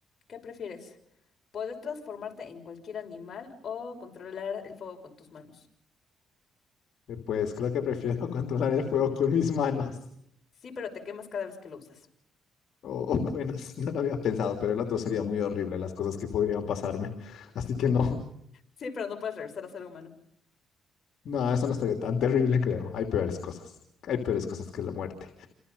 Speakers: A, on the left (about 50°); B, on the left (about 70°).
A: ¿qué prefieres? ¿Poder transformarte en cualquier animal o controlar el fuego con tus manos?
B: Eh, Pues creo que prefiero <laughs> controlar el fuego con mis manos.
A: Sí, pero te quemas cada vez que lo usas.
B: O, o bueno, <laughs> sí, no lo había pensado, pero el otro sería muy horrible, las cosas que podrían pasarme. Así que no.
A: Sí, pero no puedes regresar a ser humano.
B: No, eso no estaría tan terrible, creo. Hay peores cosas. Hay peores cosas que la muerte.